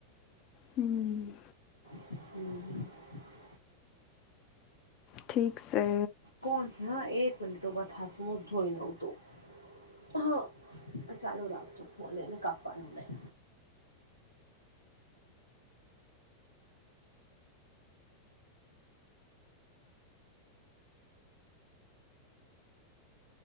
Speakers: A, on the left; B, on the left.
A: હમ.
B: હમ હમ.
A: ઠીક સે.
B: કોણ સ હા એક મિનિટો બ હાસ વું જોઈ નવતું <unintelligible> હા ચાલુ રાખજો ફોન એને કાપવાનું નહી.